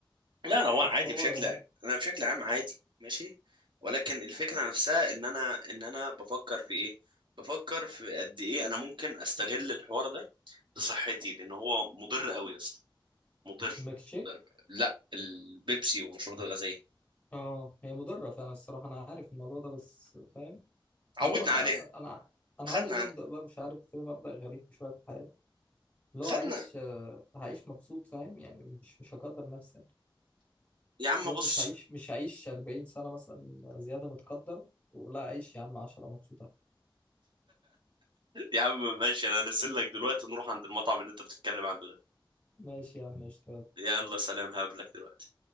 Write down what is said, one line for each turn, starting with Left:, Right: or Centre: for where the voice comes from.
Right: لا انا هو
Left: مش
Right: انا عادي
Left: حوار
Right: بشكل
Left: يعني
Right: عام انا بشكل عام عادي ماشي ولكن الفكره نفسها ان انا ان انا بفكر في ايه بفكر في قد ايه انا ممكن استغل الحوار ده لصحتي لان هو مضر قوي يا اسطى مضر
Left: الميلك تشيك
Right: لا البيبسي والمشروبات الغازيه
Left: اه هي مضره فعلا الصراحه انا عارف الموضوع ده بس فاهم اللي
Right: عودنا
Left: هو
Right: عليها
Left: انا انا
Right: خدنا
Left: عندي مبدأ
Right: عنها
Left: بقى مش عارف كده مبدأ غريب شويه في الحياه اللي هو
Right: خدنا
Left: عيش هعيش مبسوط فاهم يعني مش مش هقدر نفسي
Right: يا عم
Left: اللي
Right: بص
Left: هو مش هعيش مش هعيش 40 سنة مثلا زيادة متقدر ولا أعيش يا عم 10 مبسوطة
Right: يا عم ماشي انا هنزل لك دلوقتي نروح عند المطعم اللي انت بتتكلم عنه ده
Left: ماشي يا عم اشتغل
Right: يلا سلام هقابلك دلوقتي